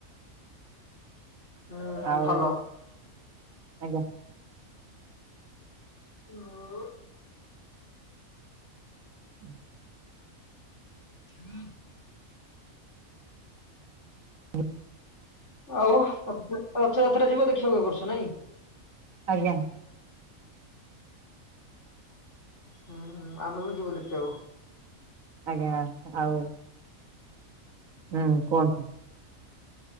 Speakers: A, on the left (about 55°); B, on the right (about 75°).
A: ହୁଁ
B: ଆଉ
A: ଭଲ।
B: ଆଜ୍ଞା।
A: ହୁଁ <unintelligible>
B: ହୁଁ
A: ହଁ <inaudible>
B: <unintelligible>
A: ଆଉ ରଥଯାତ୍ରା ଯିବ ଦେଖିବାକୁ ଏବର୍ଷ ନାଇଁ?
B: ଆଜ୍ଞା
A: ହୁଁ ହୁ ଆମେ ବି ଯିବୁ ଦେଖିବାକୁ
B: ଆଜ୍ଞା ଆଉ ହୁଁ କୁହନ୍ତୁ